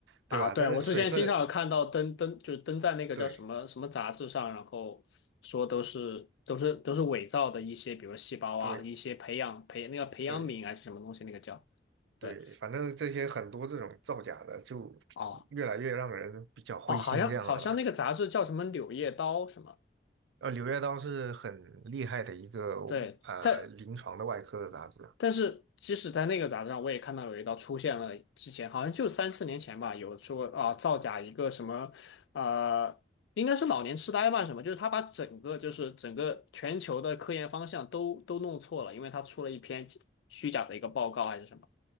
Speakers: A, on the right; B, on the left.
A: 对吧？
B: 啊，对，
A: 但是水分，
B: 我之前经常有看到登登，就是登在那个叫什么什么杂志上，
A: 对
B: 然后说都是都是都是伪造的一些，比如细胞啊，
A: 对。
B: 一些培养培那个培养皿还是什么东西，
A: 对
B: 那个叫对
A: 对，反正这些很多这种造假的，就
B: 哦
A: 越来越让人比较灰心这样了吧。
B: 哦，好像好像那个杂志叫什么《柳叶刀》什么，
A: 呃，《柳叶刀》是很厉害的一个呃临床的外科的杂志，
B: 对，在但是即使在那个杂志上，我也看到有一道出现了，之前好像就三四年前吧，有说啊造假一个什么，呃，应该是老年痴呆吧什么，就是他把整个就是整个全球的科研方向都都弄错了，因为他出了一篇虚假的一个报告还是什么，